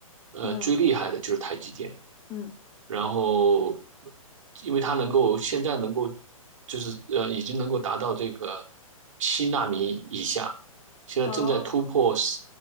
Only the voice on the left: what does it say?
嗯嗯，
哦